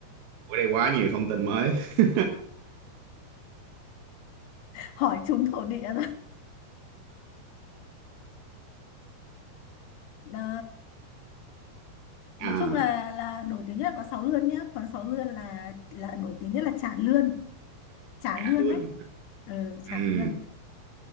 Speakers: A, on the right; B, on the left.
A: ở đây quá nhiều thông tin mới <laughs>
B: hỏi chúng thổ địa Ờ, nói
A: à
B: chung là là nổi tiếng nhất là quán Sáu Lươn nhá quán Sáu Lươn là là nổi tiếng nhất là chả lươn chả
A: chả
B: lươn
A: lương
B: đấy ừ, chả
A: ừ
B: lươn